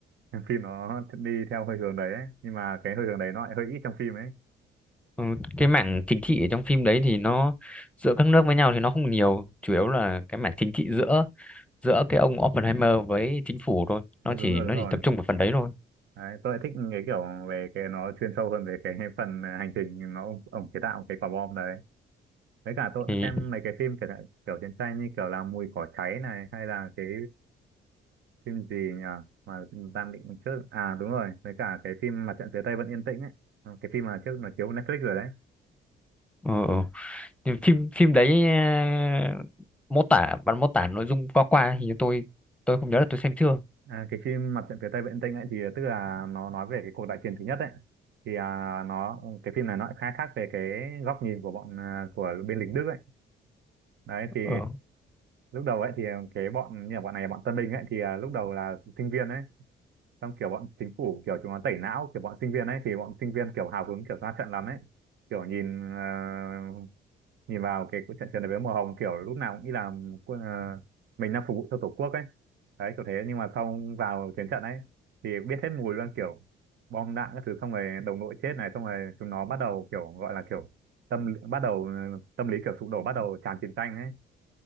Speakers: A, on the right; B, in the centre.
A: <laughs> phim nó đi theo hơi hướng đấy ấy. nhưng mà cái hơi hướng đấy nó lại hơi ít trong phim ấy
B: ừ, cái mảng chính trị ở trong phim đấy thì nó giữa các nước với nhau thì nó không nhiều chủ yếu là cái mảng chính trị giữa giữa cái ông Oppenheimer với chính phủ thôi
A: đúng,
B: nó chỉ
A: đúng rồi
B: nó
A: đúng rồi
B: chỉ tập trung vào phần đấy thôi
A: đấy, tôi lại thích cái kiểu về cái nó chuyên sâu hơn về cái <laughs> phần à, hành trình nó ông, ông chế tạo cái quả bom đấy với cả tôi cũng
B: thì
A: xem mấy cái phim kiểu, kiểu chiến tranh như kiểu là mùi cỏ cháy này hay là cái phim gì nhỉ mà Tam Định trước à đúng rồi với cả cái phim Mặt trận phía Tây vẫn yên tĩnh ấy Ừ, cái phim mà trước nó chiếu Netflix rồi đấy
B: ừ, ừ. thì phim phim đấy à, mô tả bạn mô tả nội dung qua qua thì tôi tôi không nhớ là tôi xem chưa
A: à, cái phim Mặt trận phía Tây vẫn yên tĩnh ấy thì tức là nó nói về cái cuộc đại chiến thứ nhất ấy thì à, nó cái phim này nó lại khai thác về cái góc nhìn của bọn à, của bên lính Đức ấy đấy thì
B: ờ
A: lúc đầu ấy thì ờ, cái bọn như là bọn này bọn Tân Bình ấy thì à, lúc đầu là sinh viên ấy xong kiểu bọn chính phủ kiểu chúng nó tẩy não kiểu bọn sinh viên ấy thì bọn sinh viên kiểu hào hứng kiểu ra trận lắm ấy kiểu nhìn ờ, nhìn vào cái trận trận đấu với màu hồng kiểu lúc nào cũng nghĩ là quân- ờ, mình đang phục vụ cho tổ quốc ấy đấy kiểu thế nhưng mà xong vào chiến trận ấy thì biết hết mùi luôn kiểu bom đạn các thứ xong rồi đồng đội chết này xong rồi chúng nó bắt đầu kiểu gọi là kiểu tâm bắt đầu ờ, tâm lý kiểu sụp đổ bắt đầu tràn chiến tranh ấy